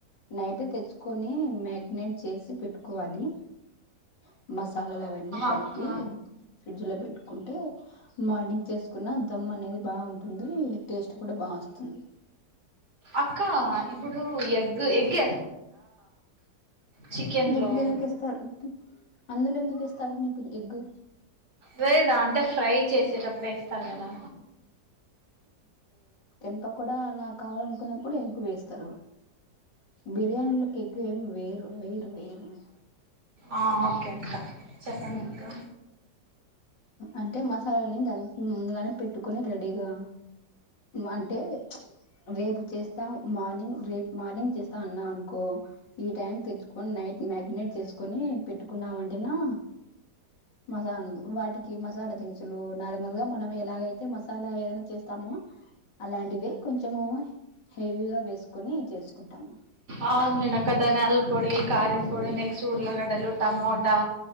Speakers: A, on the left; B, on the right.
A: నైట్ తెచ్చుకొని మ్యాగ్నెట్ చేసి పెట్టుకోవాలి <inaudible> మసాలాలు అవన్నీ కలిపి
B: అక్క
A: ఫ్రిడ్జ్ లో పెట్టుకుంటే మార్నింగ్ చేసుకున్న దమ్ అనేది బావుంటుంది టేస్ట్ కూడా బా వస్తుంది
B: అక్క ఇప్పుడు ఎగ్గు ఎగ్గే చికెన్లో
A: ఎగ్ ఎందుకు ఇస్తారు అందులో ఎందుకు ఇస్తారు నీకు ఎగ్
B: వేదా అంటే ఫ్రై చేసేటప్పుడు వేస్తారు గదా
A: ఇప్ప కూడా అలా కావాలనుకున్నప్పుడే వేస్తారు బిర్యానీలోకి ఎగ్ ఏమి వేయరు వేరు వేరు
B: ఆ ఓకే అక్క చెప్పండి అక్క
A: అంటే మసాలాలని దాని ముందుగానే పెట్టుకుని రెడీగా అంటే ప్చ్ రేపు చేస్తా మార్నింగ్ రేపు మార్నింగ్ చేస్తా అన్నా అనుకో ఈ టైం తెచ్చుకొని నైట్ మ్యాగినేట్ చేసుకుొని పెట్టుకున్నాం అంటేనా మసాలను వాటికి మసాలా దినుసులు నార్మల్ గా మనం ఎలా అయితే మస్ అలా ఏదైనా చేస్తాము అలాంటివే కొంచము హెవీగా వేసుకుని చేసుకుంటాము
B: అవును లేండి అక్క ధనియాల పొడి కారం పొడి నెక్స్ట్ ఊర్లగడ్డ లు టమోటా